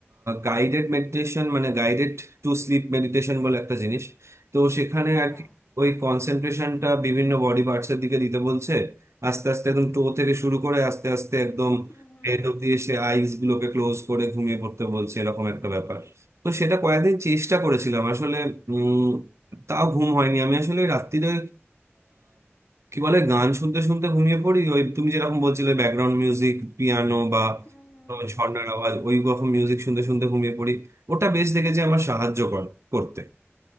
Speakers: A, on the right; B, on the left.
A: গাইডেড মেডিটেশন মানে গাইডেড টু স্লিপ মেডিটেশন বলে একটা জিনিস তো সেখানে আর
B: হ্যাঁ
A: কি ওই কনসেন্ট্রেশনটা বিভিন্ন বডি পার্টস এর দিকে দিতে বলছে আস্তে আস্তে একদম টো থেকে শুরু করে আস্তে আস্তে একদম
B: হুম হুম
A: হেড
B: হুম
A: অব্দি এসে আইস গুলোকে ক্লোজ করে ঘুমিয়ে পড়তে বলছে এরকম একটা ব্যাপার তো সেটা কয়েকদিন চেষ্টা করেছিলাম আসলে উম তাও ঘুম হয়নি আমি আসলে রাত্রিরে কি বলে গান শুনতে শুনতে ঘুমিয়ে পড়ি ওই তুমি যেরকম বলছিলে ব্যাকগ্রাউন্ড মিউজিক পিয়ানো বা
B: হুম হুম
A: কোনো
B: হুম হুম
A: ঝর্ণার
B: হুম।
A: আওয়াজ ওই রকম মিউজিক শুনতে শুনতে ঘুমিয়ে পড়ি ওটা বেশ দেখেছি আমার সাহায্য করে করতে